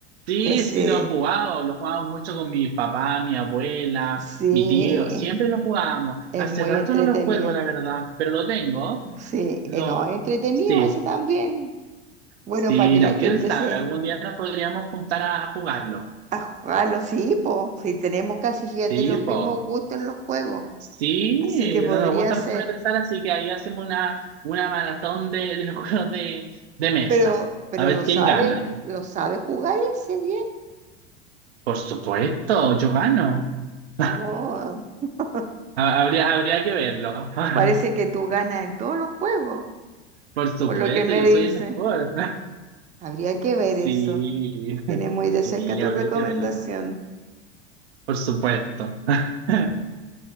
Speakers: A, on the right; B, on the right.
A: Sí,
B: Ese,
A: sí lo he jugado, lo jugábamos mucho con mi papá, mi abuela,
B: sí,
A: mi tío, siempre lo jugábamos.
B: es
A: Hace
B: muy
A: rato
B: entretenido.
A: no lo juego, la verdad, pero lo tengo.
B: Sí,
A: Lo,
B: eh, no, es entretenido
A: sí.
B: ese también. Bueno,
A: Sí,
B: para que
A: no,
B: la gente
A: quién sabe,
B: se
A: algún día nos podríamos juntar a jugarlo.
B: ajalo, sí, po, si tenemos casi, fíjate,
A: Sí,
B: los
A: po,
B: mismos gustos en los juegos,
A: Sí,
B: así
A: eh,
B: que podría
A: no nos gusta
B: ser,
A: mucho regresar, así que ahí hacemos una, una maratón de, de los <laughs> juegos de, de mesa.
B: pero, pero
A: A ver
B: lo sabe,
A: quién gana ahí.
B: lo sabe jugar ese bien.
A: Por supuesto, yo gano. <laughs>
B: Oh. <laughs>
A: Ha- Habría, habría que verlo. <laughs>
B: Parece que tú ganas en todos los juegos,
A: Por supuesto,
B: por lo que me
A: yo
B: dicen.
A: soy el mejor. <laughs>
B: Habría que ver
A: Sí,
B: eso.
A: <laughs>
B: Tiene muy
A: sí,
B: de cerca tu
A: habría
B: recomendación.
A: que verlo. Por supuesto. <laughs>